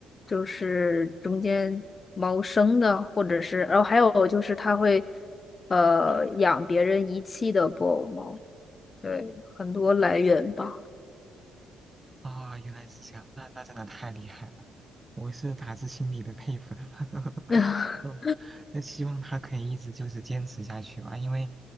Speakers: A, on the left; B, on the right.
A: 就是中间猫生的，或者是，然后还有就是他会呃养别人遗弃的布偶猫，对，很多来源吧，
B: 啊、原来是这样，那那真的太厉害了，我是打自心底的佩服他。<laughs>
A: <laughs>
B: 嗯那希望他可以一直就是坚持下去吧，因为